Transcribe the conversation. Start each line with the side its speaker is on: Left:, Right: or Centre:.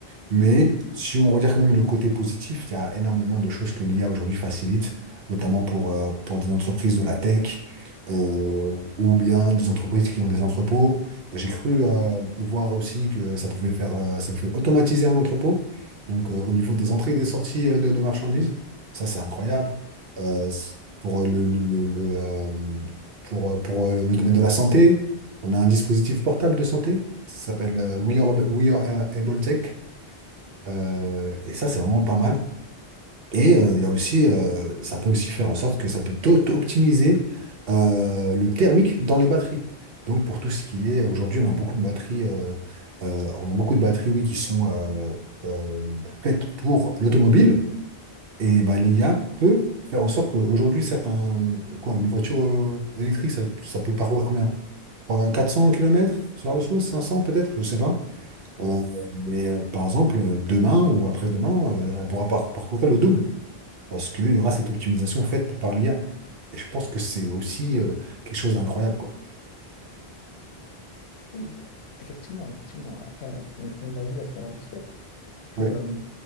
Right: Mais si on regarde quand même le côté positif, il y a énormément de choses que l'IA aujourd'hui facilite, notamment pour, euh, pour des entreprises de la tech euh, ou bien des entreprises qui ont des entrepôts. J'ai cru euh, voir aussi que ça pouvait faire, euh, ça pouvait automatiser un entrepôt, donc euh, au niveau des entrées et des sorties euh, de, de marchandises. Ça, c'est incroyable. Euh, c- pour euh, le, le- le- le, euh, pour, euh, pour euh, le domaine de la santé, on a un dispositif portable de santé. Ça s'appelle euh, We Are, We Are Able Tech. Euh, et ça, c'est vraiment pas mal. Et euh, il y a aussi, euh, ça peut aussi faire en sorte que ça peut tôt- tôt optimiser euh, le thermique dans les batteries. Donc pour tout ce qui est, aujourd'hui, on a beaucoup de batteries, euh, euh, on a beaucoup de batteries, oui, qui sont euh, euh, faites pour l'automobile. Et bah, l'IA peut faire en sorte qu'aujourd'hui, certes, un- quoi, une voiture euh, électrique, ça, ça peut parcourir combien? Trois- 400 kilomètres ce genre de choses, 500 peut-être, je sais pas. Euh, mais euh, par exemple, euh, demain ou après-demain, euh, elle pourra par- parcourir le double parce qu'il y aura cette optimisation faite par l'IA. Et je pense que c'est aussi euh, quelque chose d'incroyable, quoi.
Left: Oui, euh, effectivement, effectivement. Après, on, on l'a vu à travers l'histoire que
Right: Oui.
Left: euh,